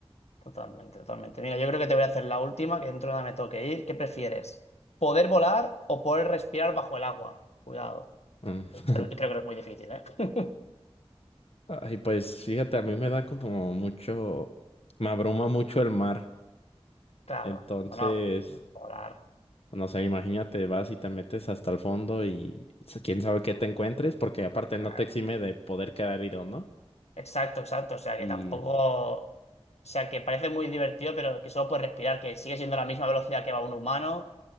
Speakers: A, on the left; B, on the left.
A: Totalmente, totalmente. Mira, yo creo que te voy a hacer la última, que dentro de nada me toque ir. ¿Qué prefieres? ¿Poder volar o poder respirar bajo el agua? Cuidado.
B: Mm. <laughs>
A: Tan- Creo que es muy difícil, ¿eh? <laughs>
B: Ay, pues fíjate, a mí me da como mucho, me abruma mucho el mar.
A: Claro,
B: Entonces,
A: no, no. Volar,
B: no sé, imagínate, vas y te metes hasta el fondo y s- quién sabe qué te encuentres, porque aparte
A: claro.
B: no te exime de poder quedar herido, ¿no?
A: Exacto, exacto. O sea
B: Y
A: que tampoco. O sea que parece muy divertido, pero que solo puedes respirar, que sigue siendo la misma velocidad que va un humano,